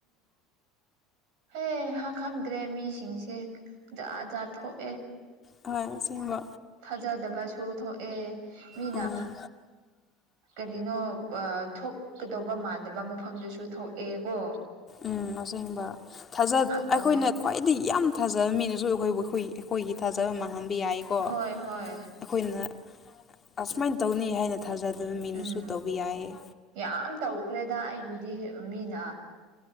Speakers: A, on the right; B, on the left.
A: ꯑ ꯍ ꯈꯪꯗ꯭ꯔꯦ ꯃꯤꯁꯤꯡꯁꯦ ꯖꯠ ꯖꯥꯠ ꯊꯣꯛ
B: ꯍ ꯁꯤꯦꯡꯕꯣ
A: ꯊꯥꯖꯗꯕꯁꯨ ꯊꯣꯛꯑꯦ ꯃꯤꯅ
B: ꯎꯝ
A: ꯀꯔꯤꯅꯣ ꯊꯣꯛꯀꯗꯧꯕ ꯃꯥꯟꯅꯕ ꯃꯐꯝꯗꯨꯁꯨ ꯊꯣꯛꯑꯦ ꯀꯣ
B: ꯎꯝ ꯑꯁꯦꯡꯕ ꯊꯥꯖ
A: ꯇꯧꯋꯦ
B: ꯑꯩꯈꯣꯏꯅ ꯈ꯭ꯋꯥꯏꯗꯒꯤꯩ ꯌꯥꯝ ꯊꯥꯖꯕ ꯃꯤꯅꯁꯨ ꯑꯩꯈꯣꯏ ꯑꯩꯈꯣꯏ ꯑꯩꯈꯣꯏꯒꯤ ꯊꯥꯖꯕ ꯃꯥꯡꯍꯟꯕ ꯌꯥꯏꯀꯣ
A: ꯍꯣꯏ ꯍꯣꯏ
B: ꯑꯩꯈꯣꯏꯅ ꯑꯁꯨꯃꯥꯏꯅ ꯇꯧꯅꯤ ꯍꯥꯏꯅ ꯊꯥꯖꯗꯕ ꯃꯤꯅꯁꯨ
A: ꯎꯝ
B: ꯇꯧꯕ ꯌꯥꯏꯌꯦ
A: ꯌꯥꯝ ꯇꯧꯈ꯭ꯔꯦꯗ ꯑꯩꯕꯨꯗꯤ ꯃꯤꯅ